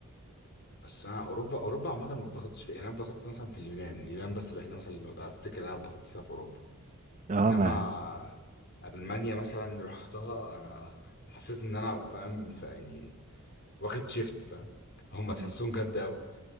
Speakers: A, on the left; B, on the right.
A: بس انا اوروبا اوروبا عامة ما اتبسطتش فيها يعني انا اتبسطت مثلا في اليونان اليونان بس الوحيدة مثلا اللي افتكر ان انا اتبسطت فيها في اوروبا
B: اه
A: انما
B: ما
A: المانيا مثلا رحتها انا حسيت ان انا فاهم ف- يعني واخد شيفت فاهم هم
B: <laughs>
A: تحسهم جد قوي